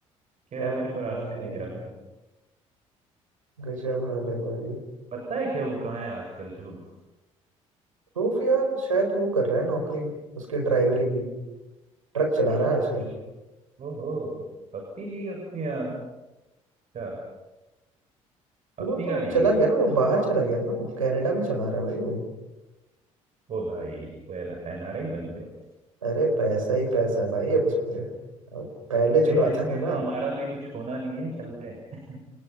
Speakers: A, on the right (about 40°); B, on the right (about 80°).
A: कह रहा
B: क्या
A: है मेरे को
B: बताऊं
A: रास्ते
B: यार
A: में गिरा देना
B: गजब हाल है भाई
A: पता है क्या वो कहाँ है आजकल तो
B: प्रूफ यार शायद वो कर रहा है नौकरी उसके ड्राइवरी की ट्रक चला
A: <laughs>
B: रहा है आजकल
A: ओहो पप्पी ली उसने यार क्या
B: वो
A: अपनी
B: तो
A: गाड़ी
B: चला
A: ली
B: गया ना वो बाहर चला गया था ना वो कनाडा में चला रहा है भाई वो
A: ओ भाई तो एनआरआई बन गया
B: अरे पैसा ही पैसा है भाई अब उस पे अब पहले
A: भाई
B: चुराता
A: मैं तो कहता
B: था ना
A: हूँ हमारा भी कुछ होना नहीं है चलते हैं